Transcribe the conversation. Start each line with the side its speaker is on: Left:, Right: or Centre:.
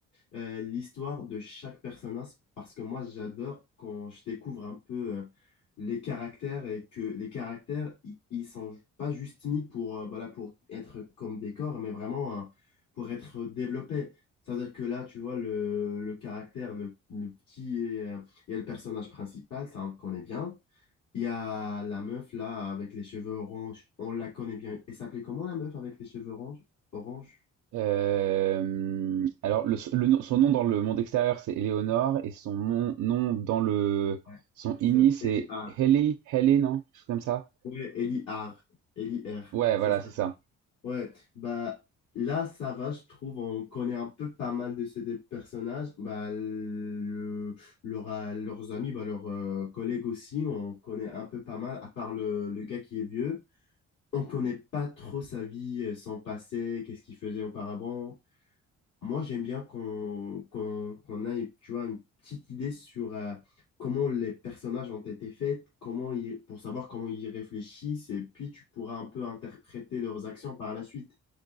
Left: euh, l'histoire de chaque personnage, parce que moi, j'adore quand je découvre un peu euh, les caractères et que les caractères, i- ils sont pas juste mis pour, euh, voilà, pour être comme des corps, mais vraiment euh, pour être développés. C'est-à-dire que là, tu vois, le, le caractère, le, le petit et, euh, et le personnage principal, ça, on le connaît bien. Il y a la meuf là avec les cheveux orange. On la connaît bien. Elle s'appelait comment la meuf avec les cheveux orange? Orange?
Right: Euh, alors, le, le nom- son nom dans le monde extérieur, c'est Eleonore, et son mon- nom dans le
Left: Ouais.
Right: son ini,
Left: C'est
Right: c'est
Left: Ellie R.
Right: Haley, Haley, non? Quelque chose comme ça.
Left: Ouais, Ellie R. Ellie R.
Right: Ouais,
Left: C'est
Right: voilà,
Left: ça.
Right: c'est ça.
Left: Ouais. Bah là, ça va, je trouve. On connaît un peu pas mal de ces des personnages. Bah le- leur- leurs amis, bah, leurs euh, collègues aussi, on connaît un peu pas mal. À part le, le gars qui est vieux, on connaît pas trop sa vie, euh, son passé, qu'est-ce qu'il faisait auparavant. moi, j'aime bien qu'on qu'on, qu'on ait, tu vois, une petite idée sur euh, comment les personnages ont été faits, comment ils, pour savoir comment ils réfléchissent, et puis tu pourras un peu interpréter leurs actions par la suite.